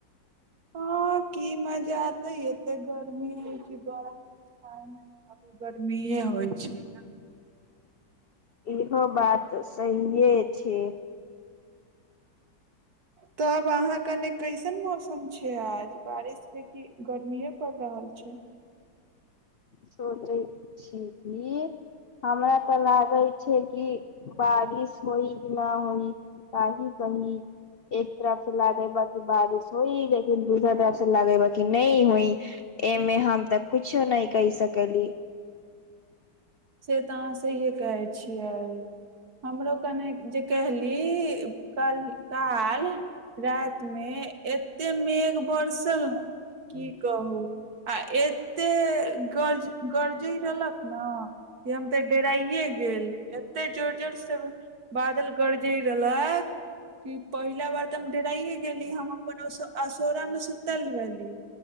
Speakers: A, on the right (about 55°); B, on the left (about 70°).
A: हँ की मजा आतेै एते गर्मी हय जरा ह आ गर्मिए होइ छै ने
B: इहो बात सहिए छै
A: तब अहाँ कने कैसन मौसम छै आज बारिशके कि गर्मिए पड़ि रहल छै
B: सोचे छी कि हमरा तऽ लागे छै कि बारिश होई कि नहि होई कहि की एक तरफ से लागे बा किी बारिश होई लेकिन दूसरा तरफ से लागे बा कि नहि होई एमे हम तऽ कुछो नहि कहि सकली
A: से तऽ अहाँ सहिए कहै छियै हमरो कने जे कहली कल काल रातिमे एतेक मेघ बरसल ने की कहू आ एतेक गरज गरजैत रहलक ने हम ते डेराइे गेली एते जोर जोर से बादल गरजय रहलक कि पहिला बार तऽ हम डेराइ हे गेली हम अपन असौरा मे सुतल रहली